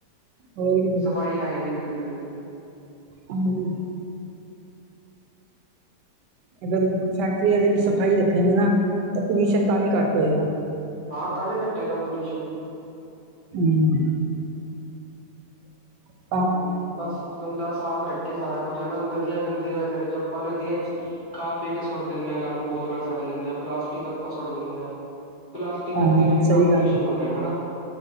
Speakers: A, on the right (about 80°); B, on the left (about 30°).
A: ਹੋਰ ਕਿਵੇਂ
B: ਸਫ਼ਾਈ ਹੈ ਹੀ ਨੀ ਬਿਲਕੁਲ ਵੀ।
A: ਆਹੋ ਅਗਰ ਫੈਕਟਰੀ ਵਾਲੇ ਵੀ ਸਫ਼ਾਈ ਰੱਖੇਗੇ ਨਾ। ਤਾਂ ਪਲਿਊਸ਼ਨ ਤਾਂ ਵੀ ਘੱਟ ਹੋਏਗਾ।
B: ਹਾਂ ਤਾਂ ਵੀ ਘਟੇਗਾ ਪੋਲਿਊਸ਼ਨ
A: <inaudible> ਹੂੰ
B: ਹੂੰ ਬਸ ਬੰਦਾ ਸਾਫ਼ ਰੱਖੇ ਸਾਰਾ ਕੁਛ ਹਨਾ ਨਦੀਆਂ ਗੰਦੀਆਂ ਨਾ ਕਰੇ ਜੋ ਆਪਾਂ ਨਦੀਆਂ ਚ ਖਾ ਪੀ ਕੇ ਸੁੱਟ ਦਿੰਦੇ ਹਾਂ ਗੰਦ ਬੋਤਲਾਂ ਸੱਟ ਦਿੰਦੇ ਹਾਂ ਪਲਾਸਟਿਕ ਆਪਾਂ ਸੁੱਟ ਦਿੰਦੇ ਆ। ਪਲਾਸਟਿਕ ਕਰਕੇ
A: ਹਾਂ,
B: ਵੀ ਕਿੰਨਾ
A: ਸਹੀ
B: ਪੋਲਿਊਸ਼ਨ
A: ਗੱਲ ਏ,
B: ਹੋ ਰਿਹਾ ਹਨਾ।